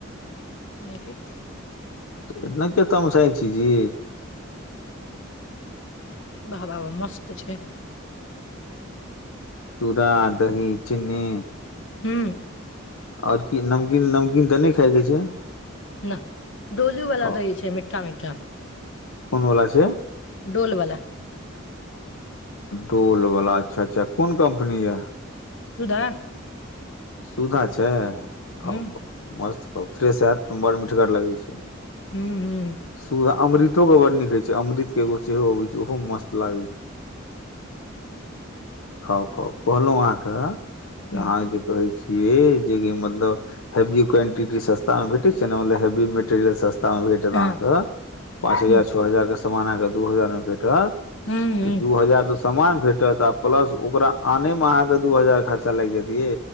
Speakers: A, on the left; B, on the left.
A: नहिके
B: एना कत हम सै छी जी
A: वाह वाह मस्त छै
B: चूड़ा दही चिनी
A: हू
B: आओर की नमकीन नमकीन तऽ नहि खायके छै
A: न डोलू वालला
B: खाउ
A: द ही छै मीठा मीठा
B: कोन बोल छै
A: डोलवलाा
B: डोलवला अच्छा अच्छा कोन कम्पनी यऽ
A: सुधा
B: सुधा छै
A: हूँ
B: हँ ह मस्त फ्रेश हयत त बड़ मिीठगर लगै छै
A: हूँ हूँ
B: सुधा अमृतो के बड नखै छै अमृत केगो सेहो अबै छै ओहो मस्त लागै छै खाउ खाउ कहलहु अहाँके
A: हूँ
B: अहाँ जे कहै छी ये जेि मतलब हेवी क्वांटिटी सस्ता मे भेटे छै ने मतलब हेवी मेटेरियल सस्त <unintelligible>
A: हँ हूँ
B: सामान अहाँके दू हजार मे भेटत
A: हूँ हूँ
B: तऽ दू हजार द समामान भेटत आ प्लस ओकरा आने में अहाँ के दू हजार खर्चा लागि जतिै